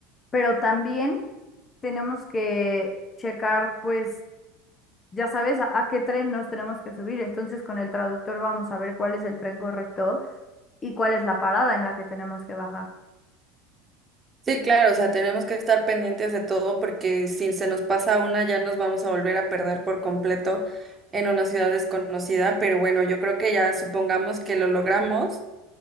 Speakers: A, on the left; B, on the right.
A: pero también tenemos que checar, pues, ya sabes, a, a qué tren nos tenemos que subir. Entonces con el traductor vamos a ver cuál es el tren correcto y cuál es la parada en la que tenemos que bajar.
B: Sí, claro, o sea, tenemos que estar pendientes de todo porque si se nos pasa una ya nos vamos a volver a perder por completo en una ciudad desconocida, pero bueno, yo creo que ya supongamos que lo logramos